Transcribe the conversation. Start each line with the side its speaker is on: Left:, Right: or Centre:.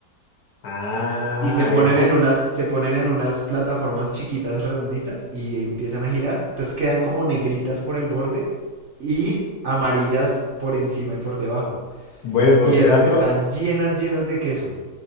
Left: Ah,
Right: Y se ponen
Left: eso.
Right: en unas, se ponen en unas plataformas chiquitas redonditas y empiezan a girar. Entonces quedan como negritas por el borde y amarillas por encima y por debajo.
Left: Bueno,
Right: Y esas
Left: qué dato,
Right: están llenas, llenas de queso.